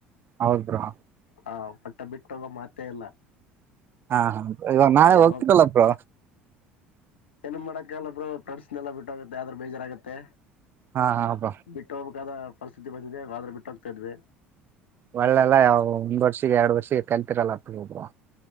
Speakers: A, on the right (about 35°); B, on the left (about 80°).
A: ಹೌದ್ರಾ
B: ಹ ಪಟ್ಟ ಬಿಟ್ಟೋಗೋ ಮಾತ ಇಲ್ಲ
A: ಹಾ ಹಾ ಈಗ ನಾಳೆ
B: ಯಾವಾಗ
A: ಹೋಗ್ತರಲ್ಲಪ್ರ
B: ಏನ್ ಮಾಡಕಲ್ಲ ಬ್ರಡ್ಸ್ನೆಲ್ಲ ಬಿಟ್ಟೋಗುತ್ತೆ ಆದ್ರೂ ಬೇಜಾರಾಗುತ್ತೆ
A: ಹಾ ಹಾ ಬ್ರೋ
B: ಬಿಟ್ಟೋಬೇಕದ ಪರಿಸ್ಥಿತಿ ಬಂದಿದೆ ಆದ್ರ ಬಿಟ್ಟೋಗ್ತಾ ಇದ್ವಿ
A: ಒಳ್ಳೆಲ್ಲ ಯಾವ ಒಂದ್ ವರ್ಷಿಗೆ ಎರಡ್ ವರ್ಷ ಸ ಕಣತರಲ್ಲ ಅಬ